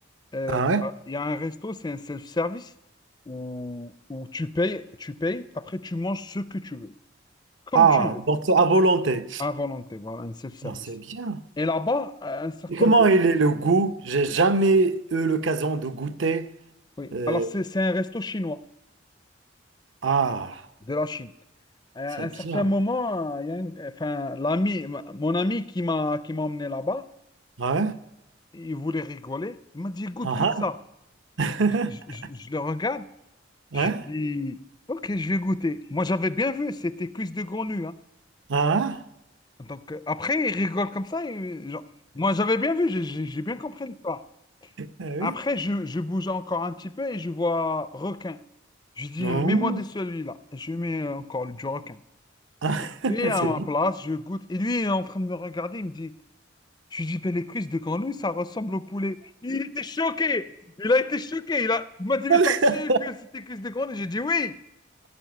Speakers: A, on the left (about 20°); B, on the right (about 75°).
A: euh,
B: Ah
A: il
B: ouais?
A: y a, il y a un resto, c'est un self-service où, où tu payes, tu payes, après tu manges ce que tu veux, comme
B: Ah,
A: tu veux,
B: donc c'est à volonté.
A: à volonté, voilà, un self-service.
B: Ah, c'est bien.
A: Et là-bas, à un certain
B: Et comment
A: moment,
B: il est le goût? J'ai jamais eu l'occasion de goûter.
A: oui,
B: Euh,
A: alors c'est c'est un resto chinois.
B: ah,
A: de la Chine. À
B: c'est
A: un certain
B: bien.
A: moment, il y a un- enfin, l'ami, mon ami qui m'a qui m'a emmené là-bas,
B: Ouais.
A: il voulait rigoler. Il m'a dit, goûte,
B: Ah
A: goûte ça.
B: ah.
A: Je, je- je-
B: <laughs>
A: je le regarde,
B: Ouais.
A: je dis, ok, je vais goûter. Moi, j'avais bien vu, c'était cuisse de grenouille. hein.
B: Ah ah.
A: Donc, euh, après, il rigole comme ça. et, genre, moi, j'avais bien vu, j'ai j'ai- j'ai bien compris l'histoire.
B: Ah oui.
A: Après, je, je bouge encore un petit peu et je vois requin. Je dis,
B: Non.
A: mets-moi de celui-là. Je lui mets encore du requin.
B: Ah, <laughs>
A: Lui, à
B: c'est
A: ma
B: bien.
A: place, je goûte. Et lui, il est en train de me regarder, il me dit, je lui dis, ben, les cuisses de grenouille, ça ressemble au poulet. Il était choqué. Il a été choqué. Il a... il m'a dit,
B: <laughs>
A: mais t'as su que c'était cuisses de grenouille? J'ai dit oui.